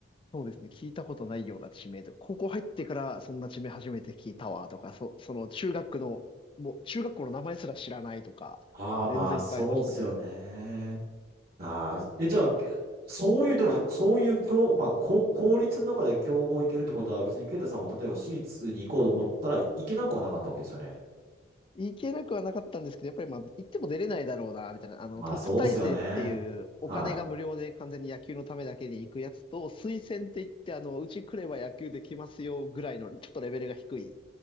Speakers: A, on the left; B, on the right.
A: そうですね。聞いたことないような地名とか、高校入ってからそんな地名初めて聞いたわとか、そ、その中学の、もう中学校の名前すら知らないとか、
B: ああ、まあ、
A: 全然いっぱいありましたね。
B: そうですよね。ああ、え、じゃあ、けそういう、でも、そういう、強、まあ、こ公立の中で競合行けるってことは、別に、ケイタさんも、例えば、私立に行こうと思ったら、行けなくはなかったわけですよね。
A: 行けなくはなかったんですけど、やっぱりまあ、行っても出れないだろうな、みたいな。あの、
B: まあ、
A: 特待生っていうお金が無料で完全に野球のためだけに行くやつと、
B: そうですよね。は
A: 推薦って言って、あの、うち来れば野球できますよぐらいの、ちょっとレベルが低い